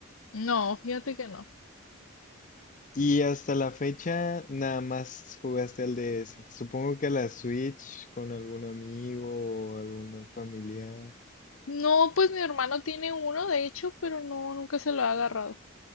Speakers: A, on the left; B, on the left.
A: No, fíjate que no.
B: Y hasta la fecha nada más jugaste al DS. Supongo que a la Switch con algún amigo o algún familiar.
A: No, pues mi hermano tiene uno, de hecho, pero no, nunca se lo ha agarrado.